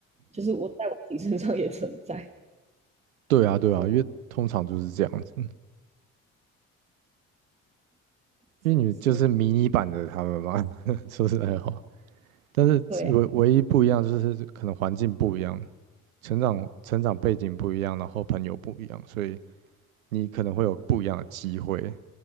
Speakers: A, on the right; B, on the right.
A: 就是我在我自己身上也存在。
B: 对啊，对啊，
A: 然后
B: 因为通常就是这样子，因
A: 真的是
B: 为你就是迷你版的他们嘛，<laughs> 说实在话。但是唯唯一不一样就是可能环境不一样，
A: 对啊，
B: 成长成长背景不一样，然后朋友不一样，所以你可能会有不一样的机会。